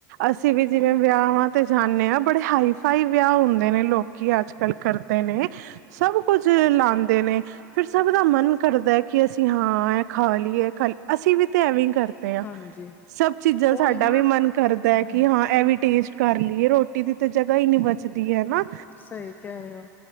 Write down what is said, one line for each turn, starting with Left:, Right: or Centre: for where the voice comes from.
Right: ਅਸੀਂ ਵੀ ਜਿਵੇਂ ਵਿਆਹਾਂ ਤੇ ਜਾਨੇ ਆ, ਬੜੇ ਹਾਈ ਫਾਈ ਵਿਆਹ ਹੁੰਦੇ ਨੇ ਲੋਕ ਕੀ ਅੱਜ -ਕੱਲ੍ਹ ਕਰਦੇ ਨੇ, ਸਭ ਕੁਝ ਲਾਉਦੇ ਨੇ ਫਿਰ ਸਭ ਦਾ ਮਨ ਕਰਦਾ ਕਿ ਅਸੀਂ ਹਾਂ ਇਹ ਖਾ ਲਈਏ ਖ ਅਸੀਂ ਵੀ ਤੇ ਐਵੇਂ ਹੀ ਕਰਦੇ ਹਾਂ
Left: ਹਾਂਜੀ
Right: ਸਭ ਚੀਜ਼ਾਂ
Left: ਉਹੀ
Right: ਸਾਡਾ
Left: ਨਾ
Right: ਵੀ ਮਨ ਕਰਦਾ
Left: ਹਮ
Right: ਹੈ ਕਿ
Left: ਹਮ
Right: ਹਾਂ ਇਹ ਵੀ ਟੇਸਟ ਕਰ ਲਈਏ, ਰੋਟੀ ਦੀ ਤਾਂ ਜਗ੍ਹਾ ਹੀ ਨੀ ਬਚਦੀ ਹੈਨਾ
Left: ਸਹੀ ਕਹਿ ਰਹੇ ਓ,